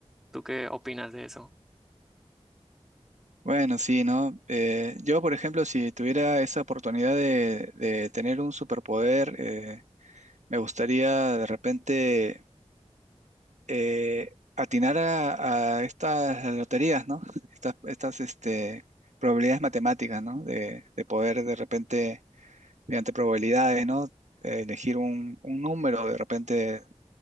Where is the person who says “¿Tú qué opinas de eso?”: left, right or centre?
Centre